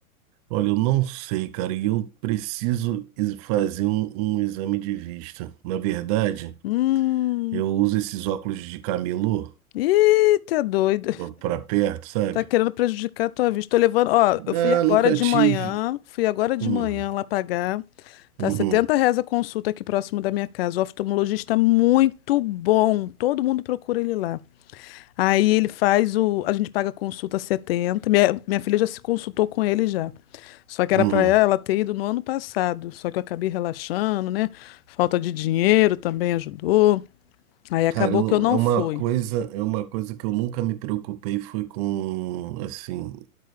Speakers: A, on the right; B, on the left.
A: Olha, eu não sei, cara, e eu preciso is- fazer um, um exame de vista. Na verdade,
B: Hum.
A: eu uso esses óculos de camelô
B: Ih, tá doido.
A: pra perto, sabe?
B: Tá querendo prejudicar a tua vista. Tô levando, ó,
A: Ah,
B: eu fui agora
A: nunca
B: de
A: tive.
B: manhã, fui agora de
A: Hum,
B: manhã lá pagar. Tá
A: uhum,
B: setenta 70 reais a consulta aqui próximo da minha casa. O oftalmologista é muito bom. Todo mundo procura ele lá. Aí ele faz o. A gente paga a consulta setenta Minha, minha filha já se consultou com ele já. Só que
A: uhum.
B: era pra ela ter ido no ano passado. Só que eu acabei relaxando, né? Falta de dinheiro também ajudou. Aí
A: Cara,
B: acabou
A: eu-
B: que eu não
A: é uma
B: fui.
A: coisa, é uma coisa que eu nunca me preocupei foi com, assim,